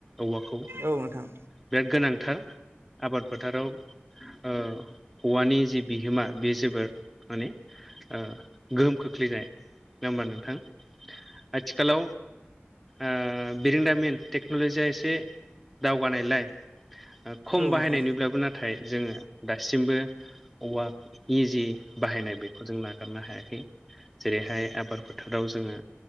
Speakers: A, in the centre; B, on the right.
A: औवाखौ
B: औ नोंथां
A: बिराद गोनांथार आबाद फोथाराव। ओ औवानि जि बिहोमा बे जोबोर माने ओ गोहोम खोख्लैनाय नङा होमबा नोंथां आथिखालाव आ बिरोंदामिन टेक्न'लजिया एसे दावगानायलाय खम
B: औ नोंथां
A: बाहायनैब्लाबो ना थाय जोङो दासिमबो औवा नि जे बाहायनाय बेखौ जों नागारनो हायाखै जेरैहाय आबाद फोथाराव जोङो